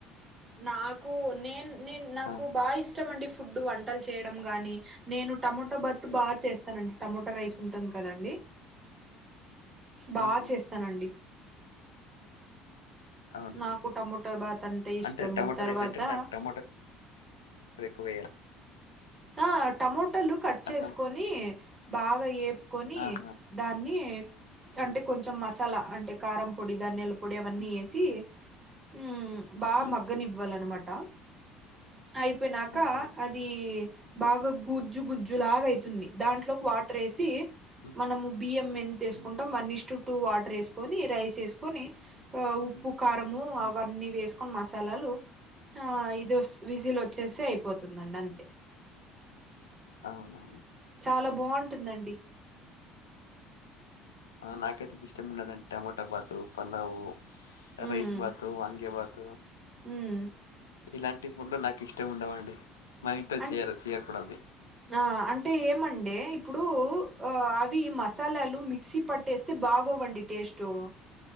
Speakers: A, on the right; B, on the left.
A: నాకు నేను నేను నాకు
B: ఆ!
A: బాగా ఇష్టం అండి. ఫుడ్ వంటలు చేయడం కానీ. నేను టమోటో బత్తు బాగా చేస్తానండి టమోటో రైస్ ఉంటుంది కదండి. బాగా
B: ఆహా!
A: చేస్తానండి.
B: అవునా
A: నాకు టమోటా బాత్ ఇష్టము
B: అంటే టమాటో
A: తర్వాత
B: రైస్ అంటే దాంట్లో టమాట. ఎక్కువయ్యా
A: ఆ టమోటలు కట్
B: ఆ!
A: చేసుకొని
B: టమ
A: బాగా ఎపు కొని
B: ఆహా!
A: దాన్ని
B: హ్మ్.
A: అంటే కొంచెం మసాలా అంటే కారం పొడి ధనియాలు పొడి అవన్నీ
B: హ్మ్.
A: వేసి ఉమ్ బా
B: హ్మ్.
A: మగ్గనివ్వాలన్నమాట అయిపోయినాక
B: అవునా?
A: అది అది బాగా గుజ్జు గుజ్జు లాగా అయితుంది దాంట్లోకి వాటర్ వేసి
B: హ్మ్.
A: మనము బియ్యం ఎంత వేసుకుంటం
B: హ్మ్.
A: వన్ ఇస్టు టూ వాటర్ వేసుకొని రైస్ వేసుకొని ఆ ఉప్పు
B: హ్మ్.
A: కారంము
B: హ్మ్.
A: అవన్నీ వేసుకొని మసాలాలు ఆ ఇది వస్తె విజిల్
B: హ్మ్.
A: వచ్చేస్తే అయిపోతుందండి అంతే
B: అవునా
A: చాలా బావుటుందండి
B: నాకైతే ఇష్టం ఉండదండి టమాటా పాతు పలావు
A: ఉమ్
B: రైస్ భాతు వంగే భాత్
A: ఉమ్
B: ఇలాంటి ఫుడ్ నాకు ఇష్టం ఉండవండి మా ఇంట్లో
A: అంటే
B: చేయరు చేయరుకూడ అండి
A: ఆ అంటే ఏమండే ఇప్పుడు ఆ అవి మసాలాలు మి క్సి పట్టేస్తే బాగోవండి టేస్టు